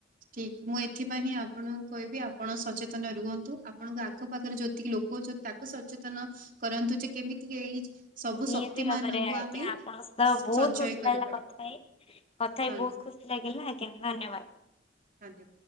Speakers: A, on the right; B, on the left.
A: ଠିକ୍ ମୁଁ ଏଥିପାଇ ହିଁ ଆପଣଙ୍କୁ କଇବି ଆପଣ ସଚେତନ ରୁହନ୍ତୁ ଆପଣଙ୍କ ଆଖପାଖରେ ଯେତିକି ଲୋକ ଅଛ ତା କୁ ସଚେତନ କରାନ୍ତୁ ଯେ କେମିତି ଏଇ ସବୁ
B: ନିଆତି
A: ଶକ୍ତି
B: ଭାବେରେ
A: ମାନଙ୍କୁ
B: ଆଜ୍ଞା
A: ଆମେ
B: ଆପଣଙ୍କ ସତ ବୋହୁତ
A: ସଞ୍ଚୟ
B: ଖୁସି
A: କରିପାରିବା
B: ଲାଗିଲା କଥା ହେଇ। କଥା
A: ଧନ୍ୟ-
B: ହେଇ ବୋହୁତ ଖୁସି ଲାଗିଲା ଆଜ୍ଞା ଧନ୍ୟବାଦ୍।
A: ଆଜ୍ଞା।